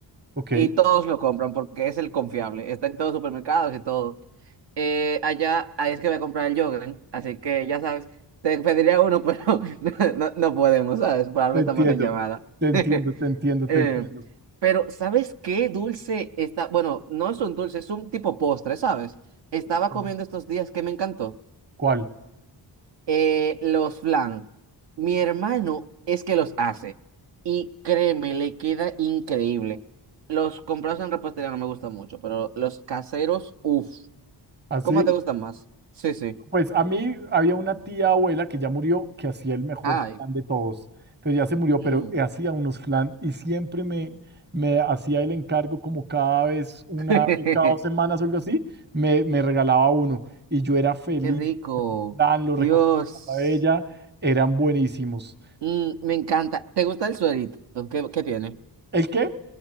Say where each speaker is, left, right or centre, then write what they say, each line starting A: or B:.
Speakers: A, on the right; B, on the right.
A: ok,
B: Y todos lo compran porque es el confiable. Está en todos los supermercados y todo. Eh, allá, ahí es que voy a comprar el yogurt. Así que ya sabes, te pediría uno, <laughs> pero no, no no podemos, ¿sabes? Por algo
A: te
B: estamos
A: entiendo,
B: en llamada.
A: te entiendo,
B: <laughs>
A: te entiendo, te
B: Eh,
A: entiendo.
B: pero, ¿sabes qué dulce está? Bueno, no es un dulce, es un tipo postre, ¿sabes? Estaba
A: Sí.
B: comiendo estos días que me encantó.
A: ¿Cuál?
B: Eh, los flan. Mi hermano es que los hace. Y créeme, le queda increíble. Los comprados en repostería no me gustan mucho, pero los caseros, uff.
A: ¿Así?
B: ¿Cómo te gustan más? Sí, sí.
A: Pues a mí había una tía abuela que ya murió que hacía el mejor
B: Ay.
A: flan de todos. Entonces ya se murió,
B: mm.
A: pero hacía unos flan y siempre me, me hacía el encargo como cada vez, una
B: <laughs> Qué
A: vez cada dos semanas o algo así, me, me regalaba uno. Y yo era feliz
B: rico.
A: con ese flan, lo recogí
B: Dios.
A: en la casa de ella, eran buenísimos.
B: Mm, me encanta. ¿Te gusta el suerito? ¿Qué, qué tiene?
A: ¿El qué?